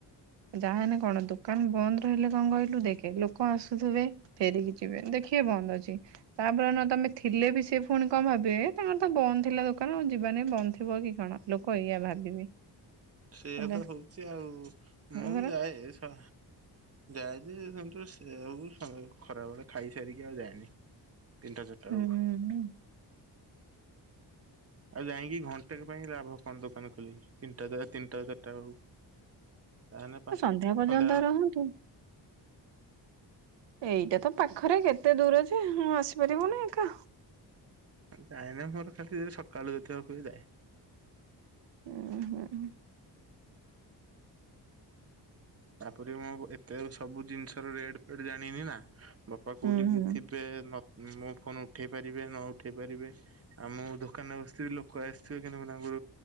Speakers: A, on the right (about 80°); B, on the right (about 35°).
A: ଯାହା ହେଲେ କଣ ଦୋକାନ ବନ୍ଦ ରହିଲେ କଣ କହିଲୁ ଦେଖେ ଲୋକ ଆସୁଥିବେ ଫେରିକି ଯିବେ ଦେଖିବେ ବନ୍ଦ ଅଛି। ତାପରେ ନ ତମେ ଥିଲେ ବି ସେ ଫୁଣି କଣ ଭାବିବେ ତାଙ୍କର ତ ବନ୍ଦ ଥିଲା ଦୋକାନ ଆଉ ଯିବାନି ବନ୍ଦ ଥିବ କି କଣ। ଲୋକ ଏଇଆ ଭାବିବେ।
B: ସେଇଆ
A: ହେଲା
B: ତ ହଉଛି ଆଉ,
A: ହଁ
B: ମୁଁ
A: ପରା।
B: ଯାଏ ହଁ ଯାଏଯେ ସେ ସେଉ ଖରାବେଳେ ଖାଇସାରିକି ଆଉ ଯାଏନି। ତିନିଟା ଚାରିଟା
A: ହୁଁ
B: ବେଳକୁ
A: ହୁଁ।
B: ଆଉ ଯାଇକି ଘଣ୍ଟେକ ପାଇଁ ଲାଭ କଣ ଦୋକାନ ଖୋଲିକି ତିନି ଟା ତିନିଟା ଚାରିଟାବେଳକୁ ଯାହା ହେଲେ ପା
A: ସନ୍ଧ୍ୟା
B: ସନ୍ଧ୍ୟାବେଳ
A: ପର୍ଯ୍ୟନ୍ତ ରହନ୍ତୁ। ଏଇଟା ତ ପାଖରେ କେତେ ଦୂରଯେ ହଁ ଆସିପାରିବୁନି ଏକା।
B: ଯାଏନି ମୋର ଖାଲି ଯଦି ସକାଳୁ ଦେଖିବାକୁ ଯାଏ।
A: ହୁଁ ହୁଁ।
B: ତାପରେ ମୁଁ ଏତେ ସବୁ ଜିନିଷର ରେଟ ଫେଟ ଜାଣିନି ନା ବାପା
A: ହୁଁ
B: କୋଉଠି
A: ହୁଁ।
B: କି ଥି ବେ ନଥି ମୋ ଫୋନ ଉଠେଇ ପାରିବେ ନ ଉଠେଇ ପାରିବେ। ଆମ ଦୋକାନରେ ବସିଥିବି ଲୋକ ଆସିଥିବେ କିନ୍ତୁ ମୁଁ ତାଙ୍କୁ